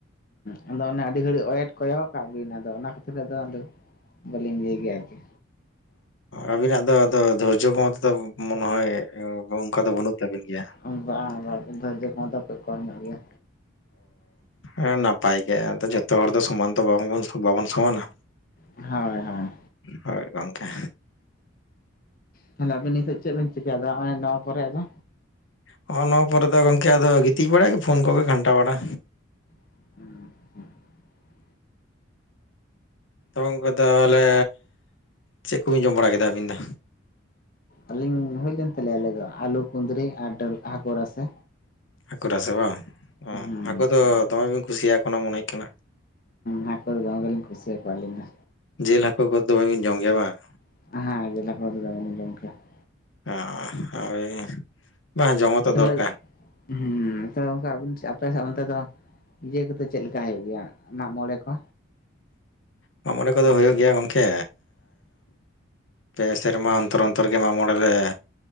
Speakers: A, on the left (about 45°); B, on the left (about 70°).
A: ᱦᱮᱸ ᱟᱫᱚ ᱚᱱᱮ ᱟᱹᱰᱤ ᱜᱷᱟᱹᱲᱤᱡ ᱚᱭᱮᱴ ᱠᱚᱭᱚᱜ ᱠᱟᱜ ᱵᱤᱱ ᱟᱫᱚ ᱚᱱᱟ ᱠᱷᱟᱹᱛᱤᱨ ᱟᱫᱚ ᱟᱞᱤᱧ ᱞᱤᱧ ᱞᱟᱹᱭ ᱜᱮ ᱟᱨᱠᱤ
B: ᱟᱵᱤᱱᱟᱜ ᱫᱚ ᱟᱫᱚ ᱫᱷᱳᱨᱡᱚ ᱠᱷᱚᱢᱚᱛᱟ ᱫᱚ ᱢᱚᱱᱮ ᱦᱚᱭ ᱚᱱᱠᱟ ᱫᱚ ᱵᱟᱹᱱᱩᱜ ᱛᱟᱹᱵᱤᱱ ᱜᱮᱭᱟ
A: <unintelligible> ᱫᱷᱚᱨᱡᱚ ᱠᱷᱚᱢᱚᱛᱟ ᱠᱷᱩᱵ ᱠᱚᱢ ᱧᱚᱜ ᱜᱮᱭᱟ
B: ᱚ ᱱᱟᱯᱟᱭ ᱜᱮ ᱟᱫᱚ ᱡᱚᱛᱚ ᱦᱚᱲ ᱫᱚ ᱥᱚᱢᱟᱱ ᱫᱚ ᱵᱟᱵᱚᱱ ᱵᱟᱵᱚᱱ ᱥᱚᱢᱟᱱᱟ
A: ᱦᱳᱭ ᱦᱳᱭ
B: ᱦᱳᱭ ᱜᱚᱢᱠᱮ
A: ᱛᱟᱦᱚᱞᱮ ᱟᱵᱤᱱ ᱱᱤᱛᱚᱜ ᱪᱮᱫ ᱵᱤᱱ ᱪᱤᱠᱟᱹᱭᱫᱟ ᱚᱜᱼᱚᱭ ᱱᱚᱣᱟ ᱯᱚᱨᱮ ᱫᱚ
B: ᱦᱚᱜ ᱚ ᱱᱚᱣᱟ ᱯᱚᱨᱮ ᱫᱚ ᱜᱚᱝᱠᱮ ᱟᱫᱚ ᱜᱤᱛᱤᱡ ᱵᱟᱲᱟᱜᱟᱹᱧ ᱯᱷᱳᱱ ᱠᱚᱜᱮ ᱜᱷᱟᱱᱴᱟ ᱵᱟᱲᱟ
A: <inaudible>
B: ᱛᱚ ᱜᱚᱝᱠᱮ ᱛᱟᱦᱚᱞᱮ ᱪᱮᱫ ᱠᱚᱵᱤᱱ ᱡᱚᱢ ᱵᱟᱲᱟ ᱠᱮᱫᱟ ᱟᱹᱵᱤᱱ ᱫᱚ
A: ᱟᱹᱞᱤᱧ ᱦᱩᱭ ᱞᱮᱱ ᱛᱟᱞᱮᱭᱟ ᱟᱞᱮ ᱫᱚ ᱟᱞᱩ ᱠᱩᱫᱽᱨᱤ ᱟᱨ ᱰᱟᱹᱞ ᱦᱟᱠᱩ ᱨᱟᱥᱮ
B: ᱦᱟᱹᱠᱩ ᱨᱟᱥᱮ ᱵᱟᱝ ᱚ
A: ᱦᱩᱸ
B: ᱦᱟᱹᱠᱩ ᱫᱚ ᱫᱚᱢᱮ ᱵᱤᱱ ᱠᱩᱥᱤᱭᱟ ᱠᱚ ᱠᱟᱱᱟ ᱢᱚᱱᱮ ᱦᱳᱭᱳᱜ ᱠᱟᱱᱟ
A: ᱦᱟᱠᱳ ᱫᱚᱢᱮ ᱜᱮᱞᱤᱧ ᱠᱩᱥᱤᱭᱟᱠᱚᱣᱟ ᱟᱹᱞᱤᱧ ᱫᱚ
B: ᱡᱮᱹᱞ ᱦᱟᱹᱠᱩ ᱠᱚᱫᱚ ᱵᱟᱵᱤᱱ ᱡᱚᱢ ᱜᱮᱭᱟ ᱵᱟᱝ
A: <unintelligible>
B: ᱚ ᱦᱳᱭ ᱵᱟᱝ ᱡᱚᱢᱟ ᱛᱚ ᱫᱚᱨᱠᱟᱨ
A: ᱛᱟᱦᱚᱞᱮ ᱦᱩᱸ ᱛᱚ ᱜᱚᱝᱠᱮ ᱟᱵᱤᱱ ᱥᱮ ᱟᱯᱮᱥᱮᱜ ᱚᱱᱛᱮ ᱫᱚ ᱤᱭᱟᱹ ᱠᱚᱫᱚ ᱪᱮᱫ ᱞᱮᱠᱟ ᱦᱩᱭᱩᱜ ᱜᱮᱭᱟ ᱢᱟᱜ ᱢᱚᱬᱮ ᱠᱚ
B: ᱢᱟᱜᱢᱚᱬᱮ ᱠᱚᱫᱚ ᱦᱩᱭᱩᱜ ᱜᱮᱭᱟ ᱜᱚᱝᱠᱮ ᱯᱮ ᱥᱮᱨᱢᱟ ᱚᱱᱛᱚᱨ ᱚᱱᱛᱚᱨ ᱜᱮ ᱢᱟᱜ ᱢᱚᱬᱮ ᱞᱮ